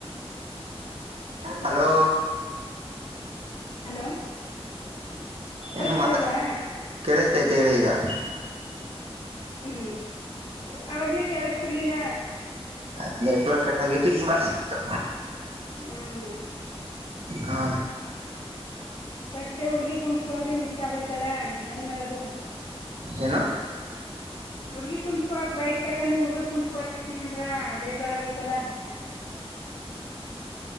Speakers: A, on the right (about 70°); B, on the left (about 60°).
A: hello
B: hello ಕೇಳಸ್ತಾ
A: ಏನು ಮತ
B: ಇಲ್ವಾ
A: ಕೇಳಿಸ್ತೈತಿ ಹೇಳಿ ಈಗ <inaudible>
B: ಹ್ಮ್ ಅವಾಗ್ಲೇ ಕೇಳಸ್ತಿರ್ಲಿಲ್ಲ
A: ಅದ ಮೆ ಕಳ ಕಟ್ಟಾಗಿತ್ತು ಇವಾಗ ಸಿಕ್ತು
B: ಹ್ಮ್
A: ಹಾ
B: ಫರ್ಸ್ಟ್ ಹುಡ್ಗಿ ಕುಣ್ಸ್ಕೊಾಗ್ದೆ ಮಿಸ್ ಆಗೋಯ್ತಲ್ಲ ಏನ್ ಮಾಡೋದು
A: ಏನು
B: ಹುಡ್ಗಿ ಕುಣ್ಸ್ಕೋಕ್ ಬೈಕ್ ತಕಂದ ಹುಡ್ಗರ್ ಕುಣಸ್ಕೋನಿ ಅಂದ್ರ ಬೇಜಾರು ಆಗೋಯ್ತಲ <inaudible>